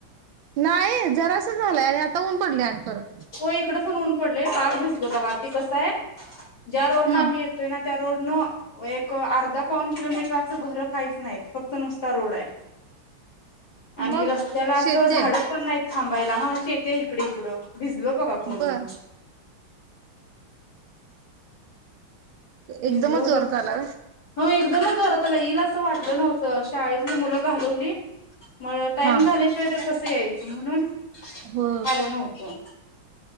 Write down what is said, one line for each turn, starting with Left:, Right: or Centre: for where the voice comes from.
Right: नाही जरास झालाय आता ऊन पडलय आणि परत
Left: हो इकड पण ऊन पडलय पाक भिजलो बघा ती कसं आहे ज्या रोड न
Right: हम्म
Left: आम्ही येतोय ना. त्या रोड नं एक अर्धा पाऊन किलोमीटर असं घरं काहीच नाहीत फक्त नुसता रोड आहे. आणि
Right: मग
Left: रस्त्याला असं
Right: शेती
Left: झाडं
Right: आहे
Left: पण नाहीत थांबायला हा अ शेती आहेत इकडं इकडं. भिजलो बघा पूर्ण
Right: बर एकदमच
Left: भिजलो
Right: जोरात
Left: डोकं.
Right: आला व्हय
Left: हो एकदमच जोरात आलाय ईल असं वाटलं नव्हतं शाळेतली मुलं घालवली. मग टाइम
Right: हा
Left: झाल्याशिवाय तर कसं यायचं म्हणून
Right: हो
Left: आलो नव्हतो.